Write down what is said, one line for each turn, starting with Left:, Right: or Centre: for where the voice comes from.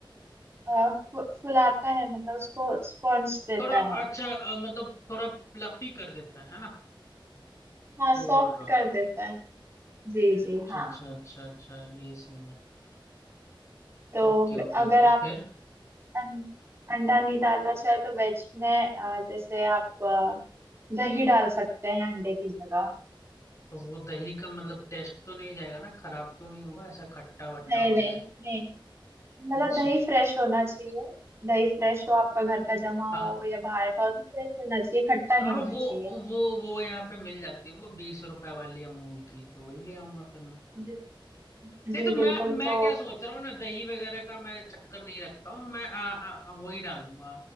Right: अ, फु, फुलाता है मतलब उसको स्पॉन्ज देता
Left: थोड़ा
Right: है
Left: अच्छा अ, मतलब थोड़ा प्लफी कर देता है है ना
Right: हाँ
Left: वो
Right: सॉफ्ट
Left: बोल रहा हूँ
Right: कर देता है जी जी
Left: अच्छा
Right: हाँ
Left: अच्छा अच्छा अच्छा ये सीन है
Right: तो
Left: ओके
Right: वे-
Left: ओके
Right: अगर
Left: ओके
Right: आप
Left: फिर
Right: अंडा अंडा नहीं डालना चाहे तो वेज में अ, जैसे आप अ, दही डाल सकते हैं अंडे की जगह
Left: तो वो दही का मतलब टेस्ट तो नहीं जाएगा ना खराब तो नहीं होगा ऐसा खट्टा वट्टा
Right: नहीं
Left: हो
Right: नहीं
Left: जाए
Right: नहीं मतलब
Left: अच्छा
Right: दही फ्रेश होना चाहिए दही फ्रेश हो आपका घर का जमा
Left: हाँ
Right: हुआ हो या बाहर का हो तो फ्रेश होना चाहिए खट्टा
Left: हाँ
Right: नहीं होना
Left: वो
Right: चाहिए
Left: वो वो यहाँ पे मिल जाती है वो बीस रुपए वाली अमूल की तो वही ले आऊंगा फिर मैं
Right: जी जी
Left: नहीं तो मैं
Right: बिल्कुल
Left: मैं
Right: तो
Left: क्या सोच रहा हूँ ना दही वगैरह का मैं चक्कर नहीं रखता हूँ मैं आ, आ, आ, वही डाल दूंगा